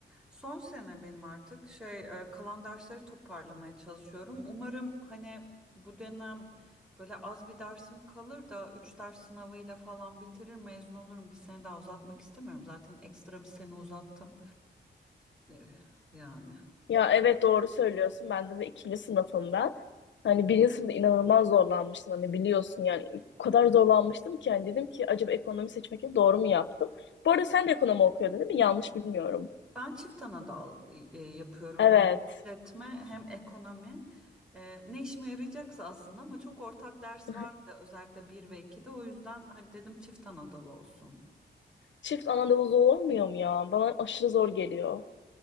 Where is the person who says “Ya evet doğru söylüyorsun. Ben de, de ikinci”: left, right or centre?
Left